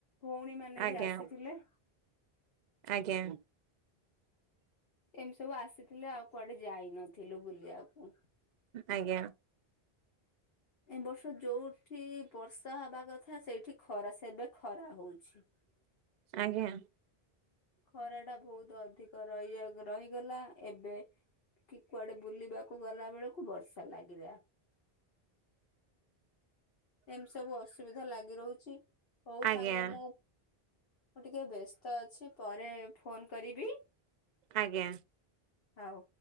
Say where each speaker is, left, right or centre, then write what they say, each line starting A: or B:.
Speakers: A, on the left; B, on the right.
A: ଭଉଣୀ ମାନେ
B: ଆଜ୍ଞା
A: ବି ଆସିଥିଲେ।
B: ଆଜ୍ଞା।
A: ଏମତି ସବୁ ଆସିଥିଲେ ଆଉ କୁଆଡେ ଯାଇନଥିଲୁ ବୁଲିବାକୁ।
B: ଆଜ୍ଞା।
A: ଏ ବର୍ଷ ଯୋଉଠି ବର୍ଷା ହବା କଥା ସେଇଠି ଖରା ସେବେ ଖରା ହଉଛି।
B: ଆଜ୍ଞା।
A: ଖରା ଟା ବହୁତ ଅଧିକ ରହି ଅ ରହିଗଲା ଏବେ କି କୁଆଡେ ବୁଲିବାକୁ ଗଲା ବେଳକୁ ବର୍ଷା ଲାଗିଲା। ଏମତି ସବୁ ଅସୁବିଧା ଲାଗି ରହୁଛି ହଉ
B: ଆଜ୍ଞା
A: ସାଙ୍ଗ ମୁଁ ମୁଁ ଟିକେ ବେସ୍ତ ଅଛି ପରେ ଫୋନ କରିବି।
B: ଆଜ୍ଞା
A: ହଉ।